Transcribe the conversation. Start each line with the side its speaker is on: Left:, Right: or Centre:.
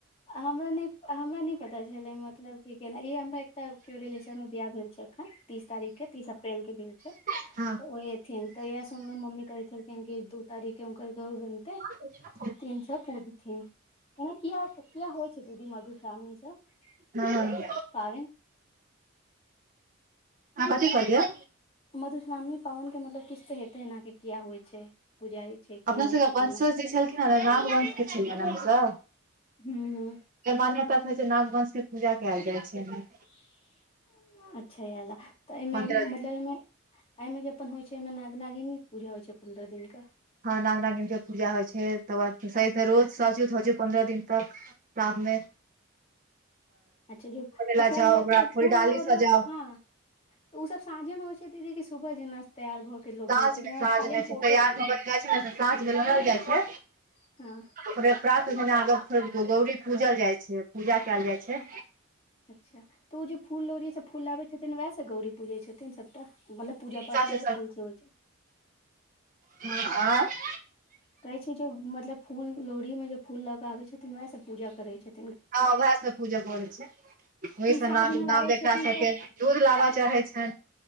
Left: हमरा नै हमरा नै पता छले मतलब कि केना इ हमरा एतऽ केयो रिलेशन मे बियाह भेल छै अखन तीस तारीख के तीस अप्रैल के भेल छै
Right: हँ
Left: ओ ए थिन तऽ येएह सुनलौ मम्मी कहै छलखिन कि दू तारीखे हुनकर गौर बनतै।
Right: अछा
Left: तीन से पूजथिन त ने किया किया होइ छै दीदी मधुश्रामणी सब?
Right: हँ।
Left: पाबनि।
Right: अहां कथी कहलियै?
Left: मधुश्रामणी पावनि के मतलब किछ त हेतै न कि किया होइ छै। पूजाइ छै। की
Right: अपना
Left: होइ
Right: सबके
Left: छै केना
Right: वंश जे छलखिन <unintelligible> नाम वंशके छल नामसँ
Left: हू हू
Right: मान्यता छै जे नागवंशके पूजा कयल जाइ छै।
Left: <unintelligible> अच्छा इएह लए तऽ एहिमे
Right: पन्द्रह
Left: मतलब
Right: दिन
Left: एहिमे। एहिमे जे अपन होइ छै एहिमे नाग नागिन पूजा होइ छै पन्द्रह दिन के।
Right: हँ नाग नंगनक के पूजा होइ छै तकर बाद स रोज सजुत हो छै पन्द्रह दिन तक। साथमे।
Left: अच्छा ज ओ
Right: ला
Left: फूल
Right: जाउ
Left: ओ
Right: ओकरा फूलडाली
Left: फूलर
Right: सजाउ
Left: ले हँ। तऽ ओसभ साँझेमे होइ छै दीदी कि सुबह जे न? तैयार भऽ के लोग
Right: साँझ
Left: जाइ छै
Right: मे
Left: जे
Right: साँझ
Left: खाली
Right: मे
Left: हम फोटो
Right: तैयार
Left: देखने
Right: होबल
Left: छी
Right: जाइ छै ने तऽ साँझ मे लोढ़ल जाइ छै
Left: <unintelligible> हँ
Right: ओकरे प्रात जेना अग फे गौरी पूजल जाइ छै। पूजा कयल जाइ छै।
Left: अच्छा तऽ ओ जे फूल ली सब फूल आबै छै। न वएह से गौरी पूजे छथिन सबटा मतलब पूजा पाठ
Right: सासु
Left: वएह फूल सब होइ छै।
Right: ह आ <unintelligible>
Left: कहै छै जे मतलब फूल लोहड़ी में जे फूल लऽ के आबे छथिन वएह सब पूजा करे छै।
Right: ह उएह सब पूजा करै छै। ओहिसँ
Left: तऽ ई साँझ
Right: न
Left: मे लाबै
Right: नाव देखा
Left: छथिन
Right: सबके
Left: तऽ
Right: दूध लाबा चढ़ै छ।